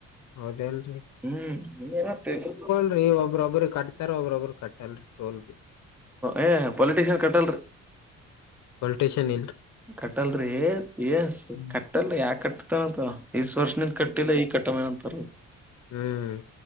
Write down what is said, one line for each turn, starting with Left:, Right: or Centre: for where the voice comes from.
Left: ಹೌದೇನ್ರಿ
Centre: ಹ್ಮ್ತ್ತ <inaudible>
Left: ಒಬ್ಬ್ರೊಬ್ರ ಕಟ್ತಾರ ಒಬ್ಬ್ರೊಬ್ಬ್ರ ಕಟ್ಟಲ್ ಟೋಲ್ ಬಿ.
Centre: ಏ ಪೋಲಟೀಷನ್ ಕಟ್ಟಲ್ರಿ.
Left: ಪೋಲಿಟಿಷನ್ ಇಲ್ರಿ
Centre: ಕಟ್ಟಲ್ರಿ ಎಸ್ ಕ <unintelligible>
Left: ಹ್ಮ್
Centre: ಕಟ್ಟಲ್ಲ ಯಾಕಕಟ್ಟತಾರಂತ ಈಸ್ಟವರ್ಷಿಂದ ಕಟ್ಟಿಲ್ಲ ಈಗ್ ಕಟ್ಟಮೇನ್ ಅಂತಾರ ಅವ್ರು.
Left: ಹ್ಮ್,